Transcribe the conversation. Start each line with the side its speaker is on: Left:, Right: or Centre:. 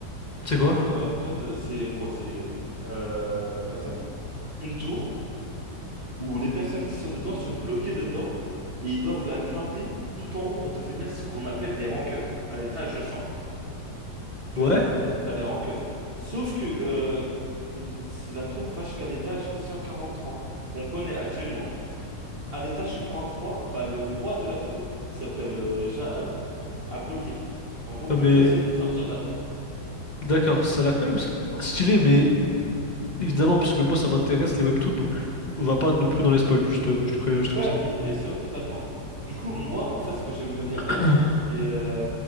Left: C'est quoi?
Right: En gros, Tower of God, euh, c'est quoi? C'est, euh, par exemple, une tour. où les personnes qui sont dedans sont bloquées dedans et ils doivent la grimper tout en haut pour devenir ce qu'on appelle des rankeurs, à l'étage 100. Tu
Left: Ouais?
Right: vois, t- t'as les rankeurs. Sauf que euh, l- c'est- la tour va jusqu'à l'étage 143, qu'on connaît actuellement. À l'étage 143, bah, le roi de la tour, qui s'appelle euh, Jahad, a bloqué. En gros,
Left: Ah,
Right: plus
Left: mais
Right: personne peut sortir de la tour.
Left: d'accord, ça a l'air quand même
Right: Dis-moi.
Left: stylé, mais évidemment, parce que moi ça m'intéresse les webtoons, donc on va pas non plus dans les spoils, juste euh, je te préviens juste comme
Right: Ouais,
Left: ça.
Right: bi- bien sûr, totalement. Du coup, moi, en fait, ce que j'aimerais bien
Left: <clears throat>
Right: être, c'est euh,